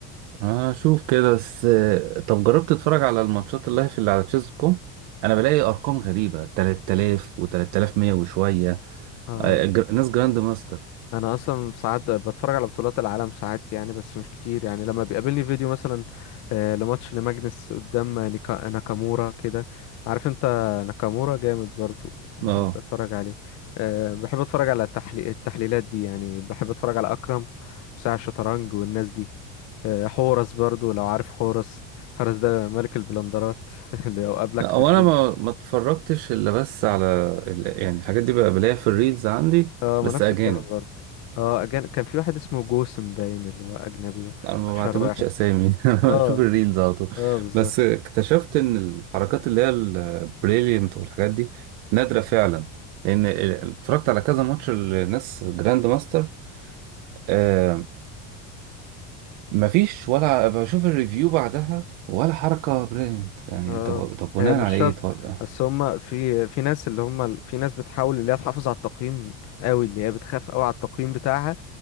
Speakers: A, on the right; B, on the left.
A: هشوف كده بس آه، طب جربت تتفرج على الماتشات اللايف اللي على تشيز دوت كوم انا بلاقي ارقام غريبه 3000 و3100 وشويه
B: اه
A: آه، جر- ناس جراند ماستر
B: انا اصلا ساعات بتفرج على بطولات العالم ساعات يعني بس مش كتير يعني لما بيقابلني فيديو مثلا آه، لماتش لماجنس قدام نيكا- ناكامورا كده عارف انت ناكامورا جامد برضو بحب
A: اه
B: اتفرج عليه آه، بحب اتفرج على التحلي- التحليلات دي يعني بحب اتفرج على اكرم وساعة الشطرنج والناس دي آه، حورس برضو لو عارف حورس حورس ده ملك البلندرات <laughs> اللي لو قابلك
A: لا،
B: في
A: هو
B: الريل
A: انا ما ما اتفرجتش الا بس على ال- يعني الحاجات دي بقى بلاقيها في الريلز عندي
B: اه
A: بس
B: ما نفس
A: اجانب
B: الكلام برضه اه أجن... كان في واحد اسمه جوسم باين اللي هو اجنبي ده
A: انا ما
B: اشهر
A: بعتمدش
B: واحد
A: اسامي <laughs> انا
B: اه
A: بشوف الريلز على طول
B: اه بالظبط
A: بس اكتشفت ان الحركات اللي هي البريليانت والحاجات دي نادره فعلا لان ال- اتفرجت على كذا ماتش لناس جراند ماستر آه مفيش ولا بشوف الريفيو بعدها ولا حركه بريليانت يعني
B: آه،
A: طب طب بناء
B: هي مش
A: على
B: شرط
A: ايه طب
B: بس هما في في ناس اللي هما في ناس بتحاول اللي هي تحافظ على التقييم قوي اللي هي بتخاف قوي على التقييم بتاعها